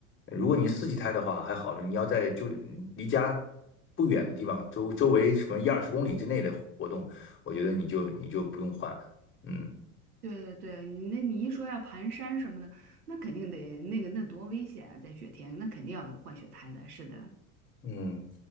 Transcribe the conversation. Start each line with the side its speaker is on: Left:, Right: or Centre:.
Left: 如果你是四季胎的话还好，你要在就离家不远的地方，周周围什么一二十公里之内的活动，我觉得你就你就不用换，嗯。
Right: 对对对，你那你一说要盘山什么的，那肯定得那个那多危险啊，在雪天，那肯定要有换雪胎的。是的，
Left: 嗯，